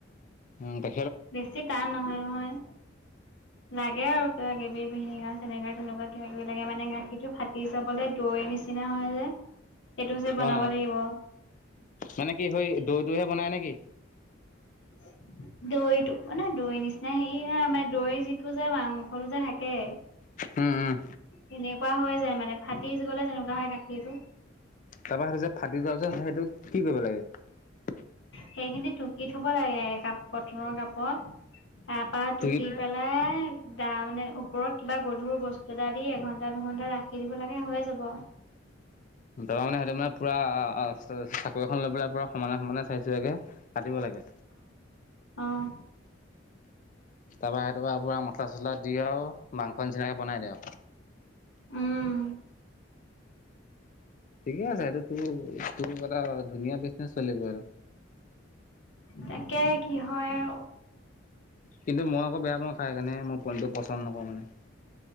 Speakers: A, on the left; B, on the left.
A: উম, দে।
B: বেছি টান নহয়- নহয়, লাগে আৰু কিবা কিবি। ভিনেগাৰ চেনেগাৰ তেনেকুৱা কিবা কিবি লাগে মানে গাখীৰটো ফাট দি চাবলে দৈ নিচিনা হয় যে, সেইটো যে বনাব
A: অ
B: লাগিব।
A: মানে কি সৈ দৈ টোহে বনাই নেকি?
B: <inaudible> দৈটো মানে দৈ নিচিনা হেৰি নহয় মানে, দৈ যিটো যে মাংসটো যে থাকে।
A: উম, উম।
B: তেনেকুৱা হৈ যায় মানে, ফাটি জ গ'লে যেনেকুৱা হয় গাখীৰটো।
A: তাৰপৰা সেইটো যে ফাটি যোৱাৰ পিছত সেইটো কি কৰিব লাগে?
B: সেইখিনি টুকি থব লাগে কাপ কটনৰ কাপত। তাৰ পৰা
A: লাগে
B: টুকি পেলাই দা মানে ওপৰত কিবা গধুৰ বস্তু এটা দি এঘন্টা দুঘণ্টা ৰাখি দিব লাগে হৈ যাব। <unintelligible>
A: তাপা মানে হেতু মানে পুৰা চাকো এখন লৈ পেলাই পুৰা সমানে সমানে চাইছোকিয়াকে কাটিব লাগে।
B: অহ।
A: তাৰ পৰা সেইটোপৰা মছলা চছলা দি আও মাংস নিচিনাকে বনাই দি আও।
B: উম।
A: ঠিকে আছে সেইটো তোৰ তোৰ এটা ধুনীয়া বিজনেচ চলিব সেইটো।
B: তাকে কি হয় আও।
A: কিন্তু মই আকৌ বেয়া পাওঁ খাই সেইকাৰণে মই পনীৰ টো পচন্দ নকৰো মানে।